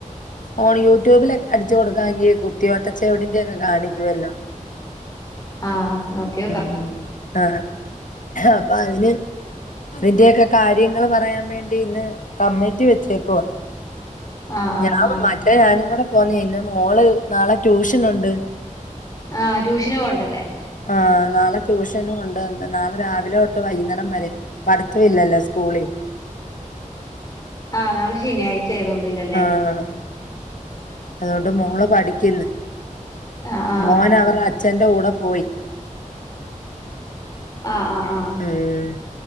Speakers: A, on the left; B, on the left.
A: ഫോണ് യൂട്യൂബിലക്കെ അടിച്ച് കൊടുക്കാണെങ്കി കുത്തിവട്ട ചവിട്ട് ന്റെ ഒക്കെ കാണിക്കുവല്ലോ
B: ആ നോക്കി
A: ഉം ഉം ആ അപ്പ അതിന് അതിന്റെയേക്കെ കാര്യങ്ങള് പറയാൻ വേണ്ടി ഇന്ന് കമ്മറ്റി വെച്ചേക്കുവാ
B: ആഹ് ആഹ്
A: ഞാൻ
B: ആഹ്
A: മറ്റേ ഞാനും കൂടെ പോന്നേനു മോള് നാളെ ട്യൂഷനുണ്ട്
B: ആ ട്യൂഷന് പോവ്ണ്ടല്ലേ
A: ആ നാളെ ട്യൂഷനുണ്ട് നാളെ രാവിലെ തൊട്ട് വൈകുന്നേരം വരെ പഠത്തവില്ലല്ലോ സ്കൂളിൽ
B: ആഹ് നാളെ ശനിയാഴ്ച ആയതോണ്ട്ല്ലൊ ല്ലെ.
A: ആഹ് അതോണ്ട് മോള്
B: ഉം
A: പഠിക്ക്ന്ന്.
B: ആഹ് ആഹ്
A: മോന്
B: ആഹ്
A: അവർടെ അച്ഛൻ്റെ കൂടെ പോയി.
B: ആഹ് ആഹ് ആഹ്
A: ഉം.